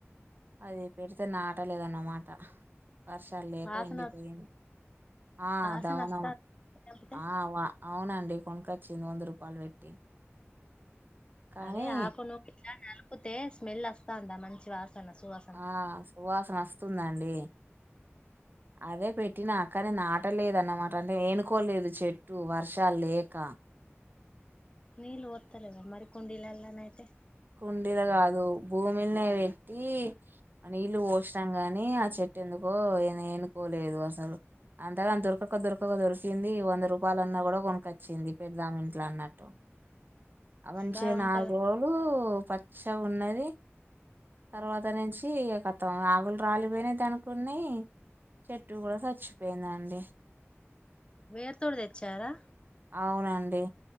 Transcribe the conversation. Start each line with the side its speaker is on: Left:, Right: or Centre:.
Right: అది పెడితే నాటలేదన్నమాట వర్షాలు లేక
Left: వాసన
Right: ఎండిపోయి ఆ
Left: వాసన
Right: దవనం
Left: వస్తా తెంపితే
Right: అవ్ ఆ అవునండి కొనుకచ్చింది వంద రూపాయలు పెట్టి కానీ
Left: అదే ఆకునూ కి ఇట్లా నలుపూతే స్మెల్ అస్తాందా మంచి వాసన సువా
Right: ఆ సువాసన అస్తుందండి అదే పెట్టినా కానీ నట ట్టలేదు అన్నమాట అంటే ఏనుకోలేదు చెట్టు వర్షల్ లేక
Left: నీళ్లు పోతలేవా మరి కుండిలలానైతే
Right: కుండిల కాదు భూమిల్ని వెక్కి నీళ్లు పోనం గాని ఆ చెట్టు ఎందుకో ఏ ఎనుకోలేదు అసలు అంతగాని దొరకక దొరకక దొరికింది వంద రూపాయలున్నా కూడా కొనుకొచ్చింది పెద్ద ఆమె ఇంట్లో అన్నట్ట అవంచిగా
Left: బాగుంటది
Right: నాలుగు రోలు పచ్చగున్నది తర్వాత నుంచి ఇగ కతం ఆకులు రాలిపోయినా దని కున్నాయి చెట్టు కూడా చచ్చిపోయిందండి
Left: వేరుతోడి తెచ్చారా
Right: అవునండి